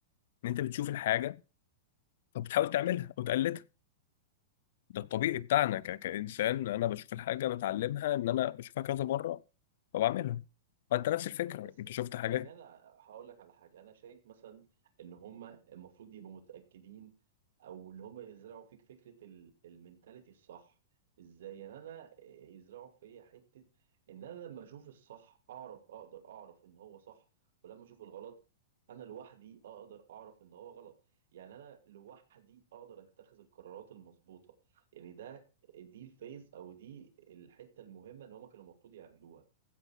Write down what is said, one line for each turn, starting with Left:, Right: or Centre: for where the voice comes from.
Left: ان انت بتشوف الحاجه فبتحاول تعملها او تقلدها ده الطبيعي
Right: تمام
Left: بتاعنا ك... كانسان انا بشوف الحاجه بتعلمها ان انا بشوفها كذا مره فبعملها فانت نفس الفكره
Right: بس
Left: انت شفت حاجات
Right: يعني انا هقول لك على حاجه انا شايف مثلا ان هم المفروض يبقوا متاكدين او اللي هم يزرعوا فيك فكره ال- المنتاليتي الصح ازاي يعني انا يزرعوا في حته ان انا لما اشوف الصح اعرف اقدر اعرف ان هو صح ولما اشوف الغلط انا لوحدي اقدر اعرف ان هو غلط يعني انا لوحدي اقدر اتخذ القرارات المظبوطه يعني ده دي الفيز او دي الحته المهمه اللي هم كانوا المفروض يعملوها